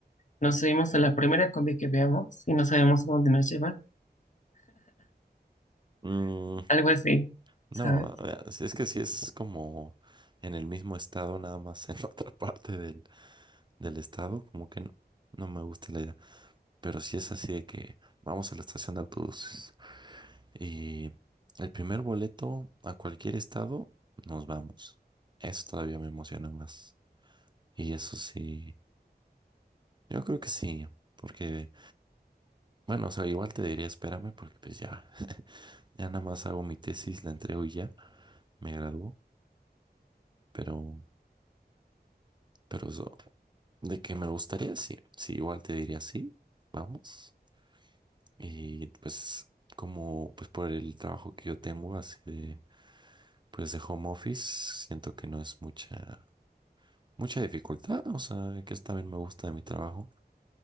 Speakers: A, on the left; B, on the right.
A: Nos subimos a la primera combi que veamos y no sabemos a dónde nos lleva.
B: Mm,
A: algo así,
B: no,
A: ¿sabes?
B: eh, si es que si es como en el mismo estado, nada más en <laughs> otra parte del, del estado, como que no, no me gusta la idea. Pero si es así de que vamos a la estación de autobuses. Y el primer boleto a cualquier estado, nos vamos. Eso todavía me emociona más. Y eso sí, yo creo que sí, porque, bueno, o sea, igual te diría espérame porque pues ya, <laughs> ya nada más hago mi tesis, la entrego y ya, me gradúo, pero, pero eso, de que me gustaría, sí, sí, igual te diría sí, vamos. Y pues como, pues por el trabajo que yo tengo así de, pues de home office, siento que no es mucha mucha dificultad, o sea, que es también me gusta de mi trabajo,